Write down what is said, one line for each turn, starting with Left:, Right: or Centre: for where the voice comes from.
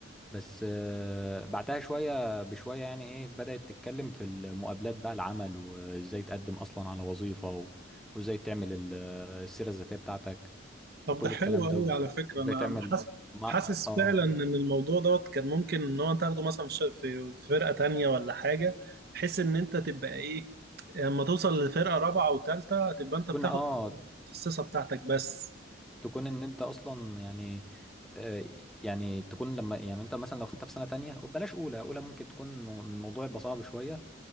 Centre: بس آه، بعدها شوية بشوية يعني ايه بدأت تتكلم في المقابلات بقى العمل وازاي تقدم اصلا على وظيفة و- وازاي تعمل ال- آه، السيرة الذاتية بتاعتك
Right: طب
Centre: وكل
Right: ده حلو
Centre: الكلام
Right: قوي
Centre: ده
Right: على فكره
Centre: وازاي
Right: انا
Centre: تعمل
Right: انا حاسس
Centre: مع
Right: حاسس
Centre: اه
Right: فعلا ان الموضوع دوت كان ممكن ان هو تاخده مثلا في ش- في في فرقه تانية ولا حاجه بحيث ان انت تبقى ايه لما توصل لفرقه رابعه وثالثه تبقى انت
Centre: تكون
Right: بتاخد
Centre: اه
Right: المتخصصه بتاعتك بس
Centre: تكون ان انت اصلا يعني آه، يعني تكون لما يعني انت مثلا لو خدتها في سنه تانية بلاش اولى اولى ممكن تكون مو- الموضوع يبقى صعب شويه